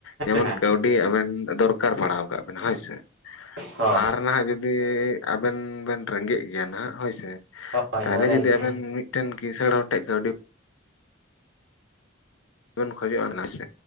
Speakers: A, on the left; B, on the right.
A: ᱡᱮᱢᱚᱱ
B: ᱦᱮᱸ
A: ᱠᱟᱹᱣᱰᱤ ᱟᱵᱮᱱ ᱫᱚᱨ ᱠᱟᱨ ᱯᱟᱲᱟᱣ ᱠᱟᱜ ᱵᱮᱱᱟ ᱦᱳᱭᱥᱮ ᱾
B: ᱦᱳᱭ
A: ᱟᱨ ᱱᱟᱦᱟᱜ ᱡᱩ ᱫᱤ ᱟᱵᱮᱱ ᱵᱮᱱ ᱨᱮᱸᱜᱮᱡ ᱜᱮᱭᱟ ᱱᱟᱦᱟᱜ ᱦᱳᱭᱥᱮ
B: ᱦᱳᱭ
A: ᱛᱟᱦᱚᱞᱮ
B: ᱦᱳᱭ ᱨᱮᱸᱜᱮᱡ
A: ᱡᱩᱫᱤ
B: ᱜᱮᱭᱟ
A: ᱟᱵᱮᱱ ᱢᱤᱫ ᱴᱮᱱ ᱠᱤᱥᱟᱹᱲ ᱦᱚᱲ ᱴᱷᱮᱡ ᱠᱟᱹᱣᱰᱤ ᱵᱮᱱ ᱠᱷᱚᱡᱚᱜᱼᱟ <inaudible> ᱥᱮ